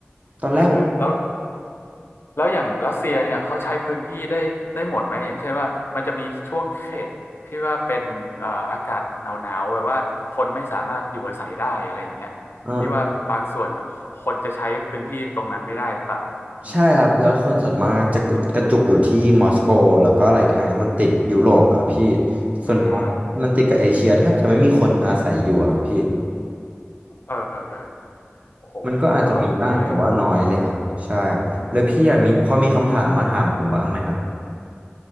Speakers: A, on the right; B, on the left.
A: ตอนแรกผม
B: เออแล้วแล้วอย่างรัสเซียเนี่ยเขาใช้พื้นที่ได้ได้หมดไหมอย่างเช่นว่ามันจะมีช่วงเขตที่ว่าเป็นเอ่ออากาศหนาวหนาวแบบว่าคนไม่สามารถอยู่อาศัยได้อะไรอย่างเงี้ยที่ว่าบางส่วน
A: เออ
B: คนจะใช้พื้นที่ตรงนั้นไม่ได้หรือเปล่าอืม
A: ใช่ครับแล้วคนส่วนมากจะกกระจุกอยู่ที่มอสโกแล้วก็อะไรทางนี้มันติดยุโรปอะครับพี่ส่วนทางมันติดกับเอเชียแทบจะไม่มีคนอาศัยอยู่อะครับพี่
B: อืมเออเออโอ้โหเป็นความรู้เลย
A: มันก็อาจจะมีบ้างแต่ว่าน้อยเลยครับใช่ครับแล้วพี่อะมีพอมีคำถามมาถามผมบ้างไหมครับ